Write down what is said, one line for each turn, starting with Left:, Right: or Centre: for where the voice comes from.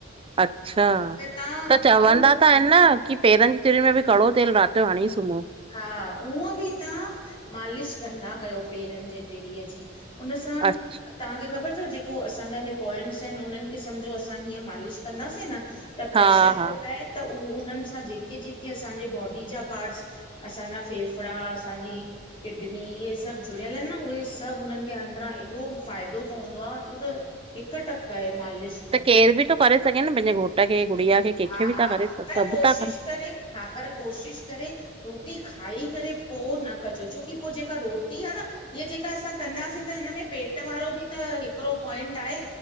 Right: अच्छा
Left: त तव्हां
Right: त
Left: ऐं
Right: चवंदा
Left: हूअं
Right: त आहिनि न की पेरनि जी तुरीयुनि में बि कड़ो तेल राति जो हणी सुमो।
Left: हा उऊअं बि तव्हां मालिश कंदा कयो पेरनि जे तिरिय जी हुनन सां
Right: अच्छा
Left: तव्हांखे ख़बर अथ जेको असांजा ह पॉइंट्स आहिनि उन्हनि खे समझो असां हीअं मालिश कंदासीं न त प्रेशर
Right: हा
Left: थो
Right: हा
Left: पए त उह उन्हनि सां जेके जेके असांजे बॉडी जा पार्ट्स असांजा फेफड़ा असांजी किडनी इहे सभु जुड़ियल आहिनि न उहे सभु उननि खे अंदरां हेॾो फ़ाइदो पवंदो आहे इहो त हिक टक आहे मालिश त।
Right: केर बि तो करे। करे छॾयां पंहिंजे घोट खे गुड़ीया खे कंहिंखे
Left: हा
Right: बि
Left: हा
Right: था करे सभु
Left: पर कोशिशि
Right: था
Left: करे हा पर कोशिशि करे। रोटी खाई करे पो न कजो छोकी पोइ जेका रोटी आहे न हीअ जेका असां कंदासीं त हिन में पेट वारो बि त हिकिड़ो पॉइंट आहे।